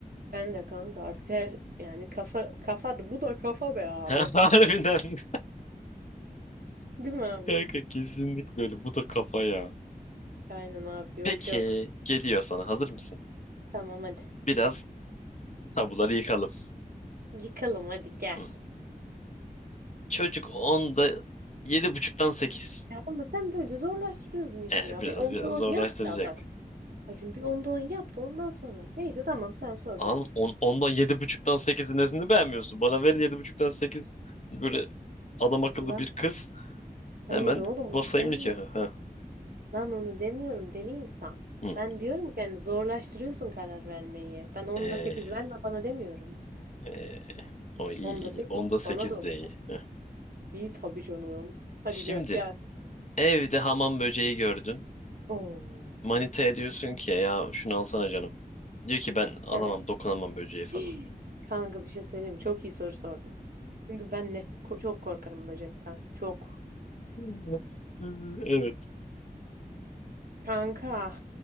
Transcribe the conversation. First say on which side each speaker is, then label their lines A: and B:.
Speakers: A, on the right; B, on the left.
A: Ben de kanka artık her yani kafa kafa da bu da kafa be abi.
B: <laughs> Harbiden.
A: Değil mi ama?
B: Kanka kesinlikle öyle. Bu da kafa ya.
A: Aynen abi yok
B: Peki
A: yok.
B: geliyor sana. Hazır mısın?
A: Tamam hadi.
B: Biraz tabuları yıkalım.
A: Yıkalım hadi gel.
B: Hı. Çocuk onda yedi buçuktan 8.
A: Ya ama sen böylece zorlaştırıyorsun işi
B: E,
A: ya.
B: biraz
A: Bir onda
B: biraz
A: on
B: zorlaştıracak.
A: yap da bak. Bak şimdi bir onda on yap da ondan sonra. Neyse tamam sen sor
B: An,
A: bak.
B: on, ondan yedi buçuktan sekizin nesini beğenmiyorsun? Bana verin yedi buçuktan sekiz böyle adam akıllı
A: Lan
B: bir kız.
A: hayır
B: Hemen
A: oğlum onu
B: basayım
A: demiyorum.
B: nikahı. Ha.
A: Lan onu demiyorum deli insan.
B: Hı.
A: Ben diyorum ki yani zorlaştırıyorsun karar vermeyi. Ben onda
B: Ee,
A: sekiz verme bana demiyorum.
B: ee, o iyi
A: Onda
B: iyi.
A: sekiz
B: Onda 8
A: bana da o.
B: de iyi. Heh.
A: İyi tabii canım. Hadi
B: Şimdi
A: gö- gel.
B: evde hamam böceği gördün.
A: Oo.
B: Manitaya diyorsun ki ya şunu alsana canım. Diyor ki ben alamam
A: Evet.
B: dokunamam böceği falan.
A: <gasps> Kanka bir şey söyleyeyim mi? Çok iyi soru sordun. Çünkü ben ne ko- çok korkarım böcekten. Çok.
B: <laughs> Evet.
A: Kanka.